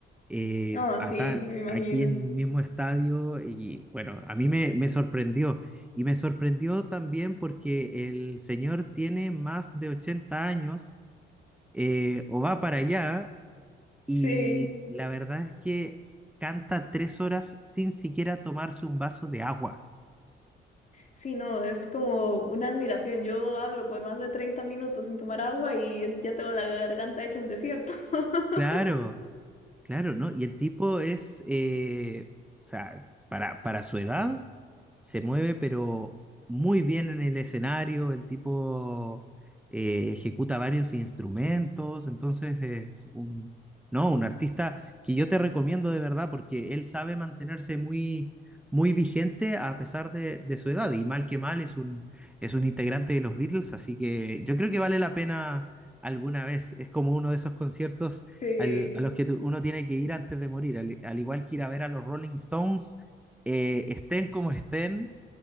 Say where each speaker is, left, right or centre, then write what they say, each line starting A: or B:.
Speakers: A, in the centre; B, on the left.
A: eh,
B: No,
A: a
B: sí,
A: tan-
B: me imagino.
A: aquí en un mismo estadio y bueno, a mí me, me sorprendió y me sorprendió también porque el señor tiene más de 80 años eh, o va para allá y
B: Sí,
A: la verdad es que canta tres horas sin siquiera tomarse un vaso de agua.
B: sí, no, es como una admiración. Yo hablo por más de 30 minutos sin tomar agua y es- ya tengo la garganta hecha un desierto. <laughs>
A: Claro, claro, ¿no? Y el tipo es, eh, o sea, para, para su edad, se mueve, pero muy bien en el escenario, el tipo eh, ejecuta varios instrumentos, entonces es un, no, un artista que yo te recomiendo de verdad porque él sabe mantenerse muy, muy vigente a pesar de, de su edad y mal que mal es un, es un integrante de los Beatles, así que yo creo que vale la pena alguna vez, es como uno de esos conciertos.
B: Sí,
A: al- a los que tu- uno tiene que ir antes de morir, al, al igual que ir a ver a los Rolling Stones, eh, estén como estén,